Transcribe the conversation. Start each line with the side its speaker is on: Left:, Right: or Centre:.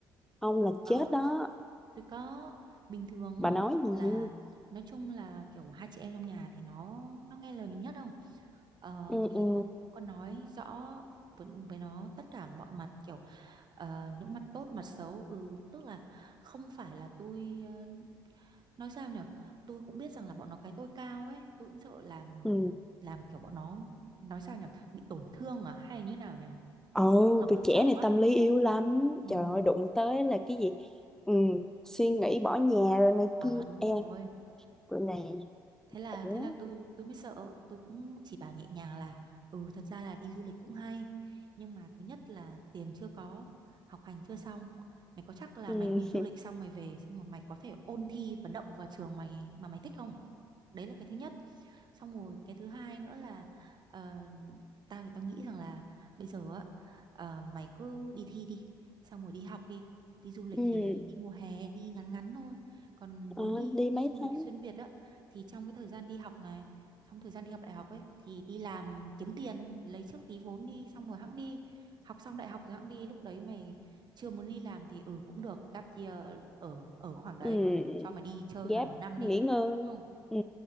Centre: ông là
Right: Có,
Centre: chết đó
Right: tôi có bình thường
Centre: bà
Right: á
Centre: nói
Right: là
Centre: gì
Right: nói chung là kiểu hai chị em trong nhà thì nó nó nghe lời mình nhất không? Ờ,
Centre: ừ
Right: thì
Centre: ừ
Right: tôi cũng có nói rõ với, với nó tất cả mọi mặt kiểu ờ, những mặt tốt mặt xấu ừ tức là không phải là tôi ờ, nói sao nhở tôi cũng biết rằng là bọn nó cái tôi cao ấy tôi cũng sợ làm
Centre: ừ
Right: làm kiểu bọn nó nói sao nhở bị tổn thương à hay là như nào nhở
Centre: ồ
Right: tổn thương lòng
Centre: tụi
Right: tự
Centre: trẻ
Right: trọng
Centre: này
Right: á
Centre: tâm lý yếu lắm
Right: ừ.
Centre: trời ơi đụng tới là cái gì ừ suy nghĩ bỏ nhà rồi này
Right: à
Centre: kia
Right: đúng
Centre: em
Right: rồi
Centre: rồi này
Right: thế là
Centre: ủa
Right: thế là tôi tôi mới sợ tôi cũng chỉ bảo nhẹ nhàng là ừ thật ra là đi du lịch cũng hay nhưng mà thứ nhất là tiền chưa có học hành chưa xong mày có chắc là
Centre: ừ
Right: mày đi
Centre: <laughs>
Right: du lịch xong mày về xong rồi mày có thể ôn thi và đậu vào trường mày mà mày thích không đấy là cái thứ nhất xong rồi cái thứ hai nữa là ờ, tao thì tao nghĩ rằng là bây giờ á ờ, mày cứ đi thi đi xong rồi đi học đi đi du lịch
Centre: ừ
Right: thì đi mùa hè đi ngắn ngắn thôi còn muốn
Centre: Ờ,
Right: đi
Centre: đi mấy
Right: du lịch
Centre: tháng
Right: xuyên Việt á thì trong cái thời gian đi học này trong thời gian đi học đại học ấy thì đi làm kiếm tiền lấy trước tí vốn đi xong rồi hẵng đi học xong đại học rồi hẵng đi lúc đấy mày chưa muốn đi làm thì ừ cũng được gap year ở ở khoảng đấy
Centre: ừ
Right: cho mày đi chơi
Centre: gap
Right: hạt một năm
Centre: nghỉ
Right: đi
Centre: ngơi
Right: đúng không
Centre: ừ